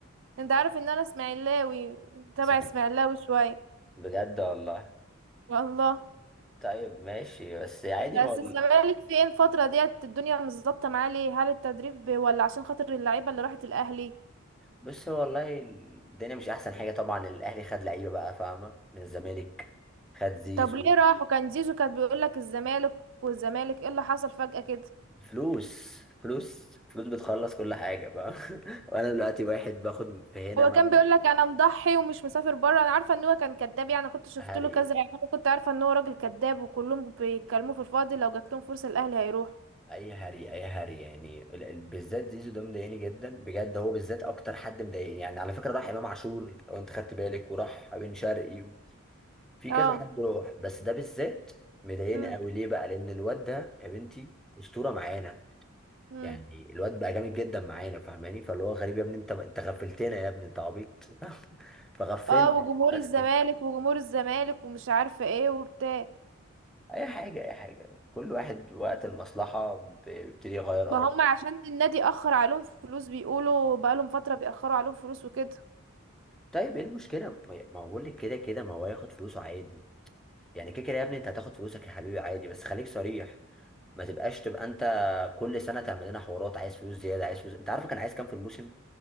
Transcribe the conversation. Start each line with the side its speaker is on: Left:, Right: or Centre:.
Right: انت عارف ان انا اسماعيلاوي تبع
Centre: اسمع
Right: اسماعيلاوي شويه
Centre: بجد والله
Right: والله
Centre: طيب ماشي بس عادي
Right: بس
Centre: ما اقول
Right: الزمالك فين الفتره ديت الدنيا مش ظابطه معاه ليه هل التدريب ب- ولا عشان خاطر اللعيبه اللي راحت الاهلي
Centre: بس هو والله الدنيا مش احسن حاجه طبعا الاهلي خد لعيبه بقى فاهمه من الزمالك خد زيزو
Right: طب ليه راحوا كان زيزو كان بيقول لك الزمالك والزمالك ايه اللي حصل فجاه كده
Centre: فلوس فلوس فلوس بتخلص كل حاجة بقى <laughs> وأنا دلوقتي واحد باخد في هنا
Right: هو
Centre: مبلغ
Right: كان بيقول لك انا مضحي ومش مسافر بره انا عارفه ان هو كان كذاب يعني كنت شفت
Centre: هري
Right: له كذا اعلان كنت عارفه ان هو راجل كذاب وكلهم بيتكلموا في الفاضي لو جات لهم فرصه الاهلي هيروح
Centre: أي هري أي هري يعني ال- ال- بالذات زيزو ده مضايقني جدا بجد هو بالذات أكتر حد مضايقني يعني على فكرة راح إمام عاشور لو أنت خدت بالك وراح بن شرقي و- في
Right: اه
Centre: كذا حد راح بس ده بالذات مضايقني
Right: امم
Centre: أوي ليه بقى لأن الواد ده يا بنتي أسطورة معانا
Right: امم
Centre: يعني الواد بقى جامد جدا معانا فاهماني فاللي هو غريب يا ابني انت انت غفلتنا يا ابني انت عبيط <laughs> فغفلنا
Right: اه وجمهور
Centre: بس
Right: الزمالك وجمهور الزمالك ومش عارفه ايه وبتاع
Centre: اي حاجه اي حاجه كل واحد وقت المصلحه بيبتدي يغير
Right: ما
Centre: اراءه
Right: هم عشان النادي اخر عليهم فلوس بيقولوا بقالهم فتره بيأخروا عليهم فلوس وكده
Centre: طيب ايه المشكله ما ما هو بقول لك كده كده ما هو هياخد فلوسه عادي يعني كده كده يا ابني انت هتاخد فلوسك يا حبيبي عادي بس خليك صريح ما تبقاش تبقى انت كل سنه تعمل لنا حوارات عايز فلوس زياده عايز فلوس انت عارف كان عايز كام في الموسم